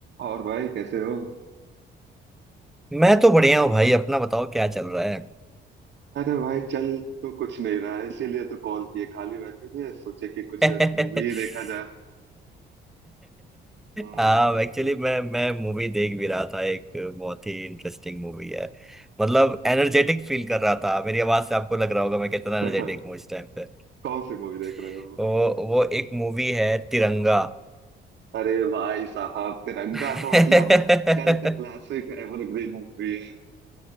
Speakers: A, on the right; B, in the centre.
A: और भाई कैसे हो
B: मैं तो बढ़िया हूँ भाई अपना बताओ क्या चल रहा है
A: अरे भाई चल तो कुछ नहीं रहा है इसीलिए तो कॉल किए खाली बैठे थे सोचे कि कुछ
B: <laughs>
A: मूवी देखा जाए हम्म
B: हाँ एक्चुअली मैं मैं मूवी देख भी रहा था एक बहुत ही इंटरेस्टिंग मूवी है मतलब एनर्जेटिक फील कर रहा था मेरी आवाज से आपको लग रहा होगा मैं कितना एनर्जेटिक
A: <laughs>
B: हूँ इस टाइम पे
A: कौन सी मूवी देख रहे
B: <laughs>
A: हो
B: वो वो एक मूवी है तिरंगा
A: अरे भाई साहब तिरंगा
B: <laughs>
A: तो
B: हाँ
A: मतलब कल्ट क्लासिक एवरग्रीन मूवी है